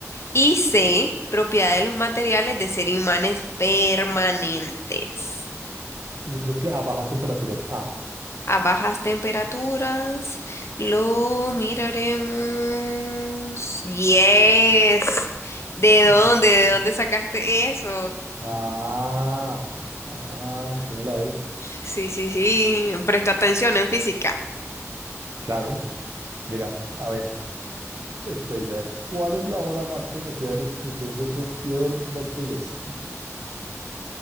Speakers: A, on the left (about 55°); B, on the right (about 70°).
A: Y C, propiedad de los materiales de ser imanes permanentes.
B: Yo creo que a bajas temperaturas. Ah,
A: A bajas temperaturas lo miraremos. Yes. ¿De dónde?
B: es.
A: ¿De dónde sacaste eso?
B: Ah, ah, ¿cómo la ves?
A: Sí, sí, sí. Presta atención en física.
B: Claro. Mira, a ver, este dice, a ver, ¿cuál es la obra más conocida del escritor ruso Fyodor Dostoyevsky?